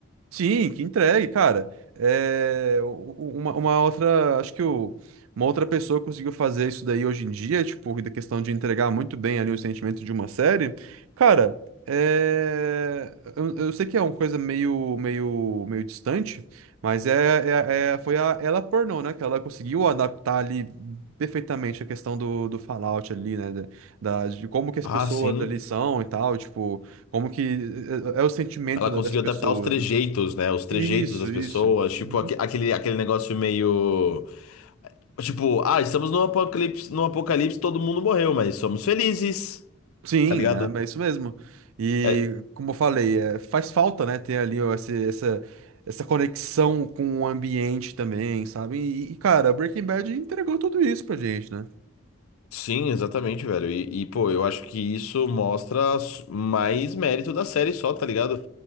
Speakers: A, on the right; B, on the left.
A: Sim, que entregue, cara. É, u- u- uma, uma outra, acho que o, uma outra pessoa conseguiu fazer isso daí hoje em dia, tipo, da questão de entregar muito bem ali o sentimento de uma série. Cara, é, eu, eu sei que é uma coisa meio, meio, meio distante, mas é, é, é- foi a ela pornô, né? Que ela conseguiu adaptar ali perfeitamente a questão do, do Fallout ali, né? da, da- de como que as
B: Ah,
A: pessoas
B: sim.
A: ali são e tal, tipo, como que é, é é o sentimento
B: Ela
A: da-
B: conseguiu
A: das pessoas,
B: adaptar os trejeitos,
A: né?
B: né? Os trejeitos
A: Isso,
B: das
A: isso.
B: pessoas, tipo
A: Uhum.
B: aque- aquele, aquele negócio meio. Tipo, ah, estamos no apocalipse, no apocalipse, todo mundo morreu, mas somos felizes,
A: Sim,
B: tá ligado?
A: é, é isso mesmo. E
B: É,
A: como eu falei, é, faz falta, né, ter ali ó, esse- essa, essa conexão com o ambiente também, sabe? E, e, cara, Breaking Bad entregou tudo isso pra gente, né?
B: sim, exatamente, velho. E, e, pô, eu acho que isso mostra s- mais mérito da série só, tá ligado?